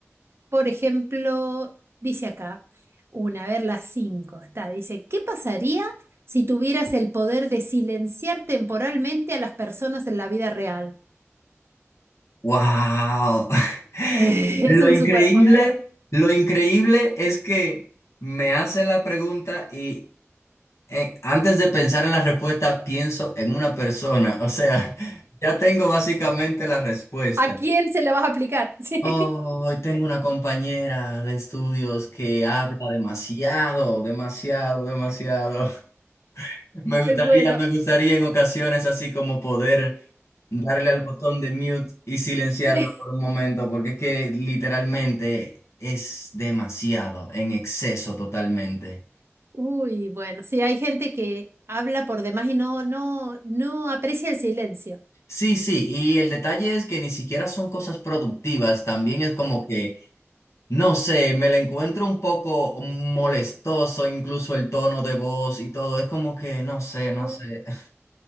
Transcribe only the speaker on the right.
por ejemplo, dice acá, una, a ver, las cinco, está, dice, ¿qué pasaría si tuvieras el poder de silenciar temporalmente a las personas en la vida real?
<laughs>
Es un
superpoder.
¿A quién se la vas a aplicar? <laughs> Sí.
Ay, bueno.
Sí.
Uy, bueno, sí, hay gente que habla por demás y no, no, no aprecia el silencio.
Uy,